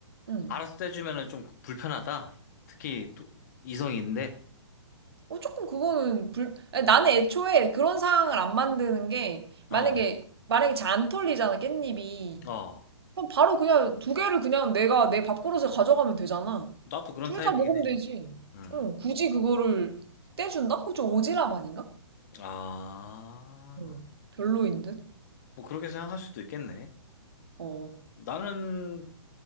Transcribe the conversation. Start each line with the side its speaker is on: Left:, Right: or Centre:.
Right: 응.
Left: 알아서 떼주면은 좀 불편하다. 특히 또 이성인데,
Right: 어, 조금 그거는 불, 아니, 나는 애초에 그런 상황을 안 만드는 게, 만약에,
Left: 어,
Right: 만약에 잘 안 털리잖아, 깻잎이.
Left: 음. 어.
Right: 그럼 바로 그냥 두 개를 그냥 내가 내 밥그릇에 가져가면 되잖아.
Left: 나도 그런
Right: 둘
Left: 타입이긴
Right: 다 먹으면
Left: 해.
Right: 되지.
Left: 응.
Right: 응, 굳이 그거를 떼준다? 그거 좀 오지랖 아닌가?
Left: 아,
Right: 응, 별로인 듯?
Left: 뭐 그렇게 생각할 수도 있겠네.
Right: 어,
Left: 나는,